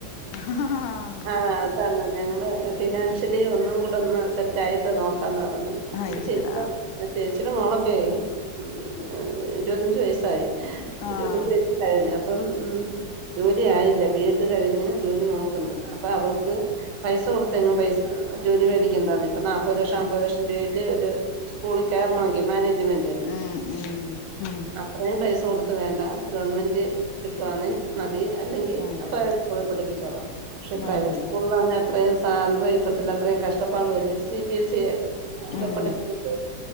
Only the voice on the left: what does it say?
അ ഹ ഹ ഹാ..
അയ്യടാ
ആഹ്
ഉം ഉം ഉം
അതെ
അയ്യോ
ഉം